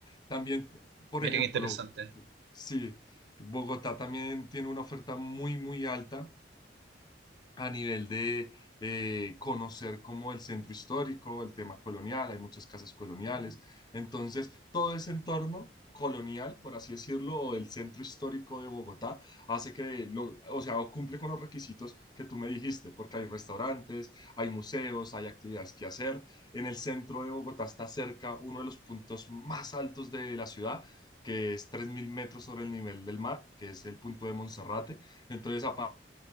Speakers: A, on the left; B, on the right.
A: También, por
B: Mira
A: ejemplo,
B: qué interesante.
A: bu- sí, Bogotá también tiene una oferta muy, muy alta a nivel de eh, conocer como el centro histórico, el tema colonial, hay muchas casas coloniales. Entonces, todo ese entorno colonial, por así decirlo, o del centro histórico de Bogotá, hace que, lo, o sea, o cumple con los requisitos que tú me dijiste, porque hay restaurantes, hay museos, hay actividades que hacer. En el centro de Bogotá está cerca uno de los puntos más altos de la ciudad, que es 3.000 metros sobre el nivel del mar, que es el punto de Monserrate. Entonces, aparte,